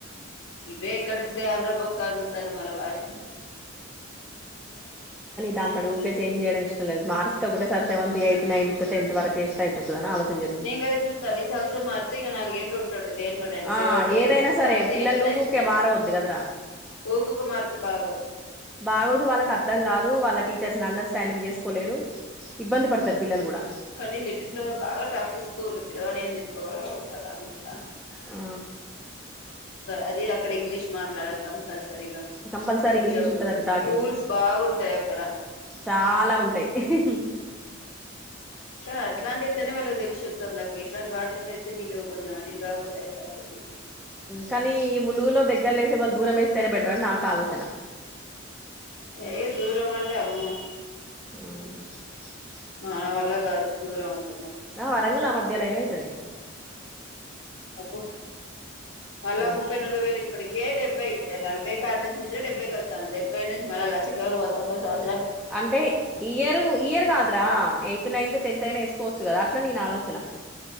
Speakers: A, on the left (about 85°); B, in the centre.
A: బే ఎక్కడ్నించిదేవాలిరా బక అంత తన మాలి వాడిని.
B: దాంట్లోనె ఊకే చేన్జెయడం ఇష్టంలేదు. మారిస్తే ఒకటేసారి సెవెన్త్, ఎయిత్, నైన్త్, టెన్త్ వరకు ఏస్తే అయిపోతుదని ఆలోచిస్తాన్నాను.
A: నేను గాడ జూత్తాన్నా ఈ సవత్సరం మారిత్తే ఇక నాలుగేండ్లు ఉంటాడు దేంట్లోనైనా
B: ఆ
A: సెవెంత్
B: ఏదైనాసరే
A: కదా ఇప్పుడు సెవెంత్
B: పిల్లలు
A: ఎయిత్
B: ను
A: నైన్త్
B: ఊరు ఊరుకే
A: టెన్త్
B: మారవద్దు కదరా.
A: ఊకుకు మారితే బాగోదు
B: బాగోదు వాల్లకి అర్థంగాదూ వాల్ల టీచర్స్ అండర్స్టాండ్ అండర్స్టాండ్ చేస్కోలేరు ఇబ్బంది పడతారు పిల్లలు గూడా.
A: కానీ లిటిల్ ఫ్లవర్ బాగా టఫ్ స్కూలు, పిలవలేదు పోవడానికి ఇంకా
B: ఆ
A: అది అక్కడ ఇంగ్లీష్ మాట్లాడాలి కంపల్సరీ. సరిగా
B: కంపల్సరీ
A: కొంచెం
B: ఇంగ్లీష్ ఉంటదట టాకింగ్
A: రూల్స్ బాగుంటాయి అక్కడ.
B: చాలా ఉంటాయి. హ్ హి అ <unintelligible>
A: అలాంటి అయితేనే వాళ్ళకి తెలిసి వస్తాయి. ఇట్లాంటి వాటి లో వేస్తే వీళ్ళు కొంచెం అటూ ఇటూ కాకుండా అయితాంది.
B: కానీ ఈ ములుగులో దగ్గరలేసే బదులు దూరం వేస్తే తినబెట్టరని నాకు ఆలోచన
A: ఏ దూరం అంటే అమ్మో
B: ఆవ్
A: మన వల్ల కాదు దూరం అది.
B: ఆ వరంగల్ ఆ మధ్యలో అయినా అయితాది
A: అబ్బో మళ్ళా
B: ఉమ్
A: ముప్పై నలబై వేలు ఇప్పుడు ఇప్పటికే డెబై నలభై కాడి నుంచి డెబ్బై వస్తాంది. డెబ్బై నుంచి మళ్ళా లక్ష కాడికి పోతాంది. ఒక సంవత్సరం పోతే
B: అంటే ఇయరు ఇయర్ కాదురా ఏం అంటే నైన్త్, టెన్త్ అయినా వేసుకోవచ్చు కదా అట్లా నేను ఆలోచన